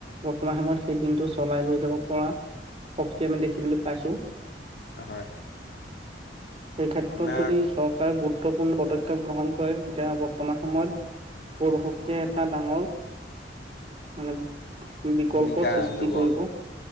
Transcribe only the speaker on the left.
হয়।
আপোনাৰ
ভূমিকা
ল'ব